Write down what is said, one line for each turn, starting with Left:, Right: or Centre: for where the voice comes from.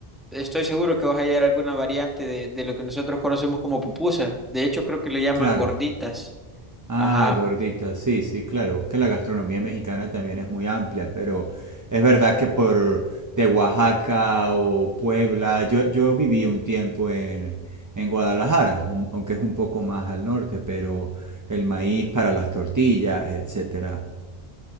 Centre: estoy seguro que vas a hallar alguna variante de, de lo que nosotros conocemos como pupusas. De hecho, creo que le llaman
Right: Claro.
Centre: gorditas.
Right: Ah,
Centre: Ajá.
Right: gordita, sí, sí, claro. Que la gastronomía mexicana también es muy amplia, pero es verdad que por de Oaxaca o Puebla, yo, yo viví un tiempo en, en Guadalajara, un- aunque es un poco más al norte, pero el maíz para las tortillas, etcétera.